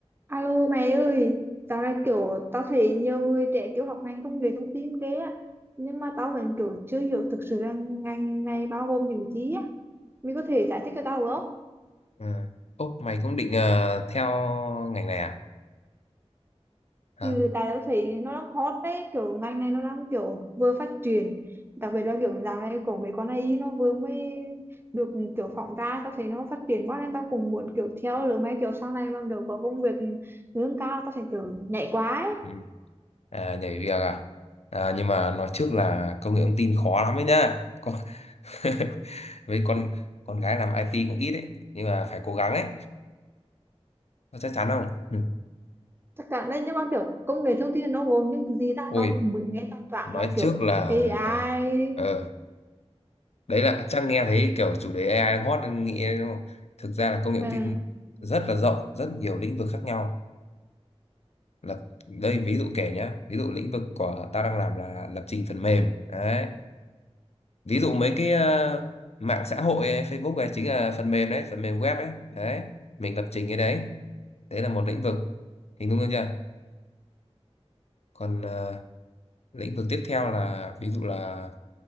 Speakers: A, on the right (about 20°); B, on the left (about 70°).
A: Alo mày ơi, dạo này kiểu tao thấy nhiều người trẻ kiểu học ngành công nghệ thông tin ghê á Nhưng mà tao vẫn kiểu chưa hiểu thực sự là ngành này bao gồm những gì á Mày có thể giải thích cho tao được không?
B: À. Ô, mày cũng định ờ, theo ngành này à? Hả?
A: Ừ, tại tao thấy nó đang hot đấy, kiểu ngành này nó đang kiểu vừa phát triển Đặc biệt là kiểu dạo này của mấy con AI nó vừa mới được kiểu phỏng ra Tao thấy nó phát triển quá nên tao cũng muốn kiểu theo lứa mấy kiểu sau này mà kiểu có công việc lương cao tao phải kiểu nhảy quá ấy.
B: Ừ. À, nhảy việc à? à? Nhưng mà nói trước là công nghệ thông tin khó lắm ấy nhá. Con... <laughs> Với con con gái làm IT cũng ít ấy, nhưng mà phải cố gắng ấy. Có chắc chắn không? Ừ.
A: chắc cả nên nhưng mà kiểu công nghệ thông tin nó gồm những gì ta
B: Ôi,
A: tao mới nghe tao toàn
B: nói
A: là kiểu
B: trước là
A: AI
B: ờ, ờ, đấy là chắc nghe thấy kiểu chủ đề AI đang hot nên nghĩ đúng không? Thực ra là công nghệ thông
A: ừ,
B: tin rất là rộng, rất nhiều lĩnh vực khác nhau. lập đây ví dụ kể nhá ví dụ lĩnh vực của ta đang làm là lập trình phần mềm đấy ví dụ mấy cái ờ, mạng xã hội ấy, Facebook ấy chính là phần mềm đấy phần mềm web ấy đấy mình lập trình cái đấy đấy là một lĩnh vực hình dung được chưa còn ờ, lĩnh vực tiếp theo là ví dụ là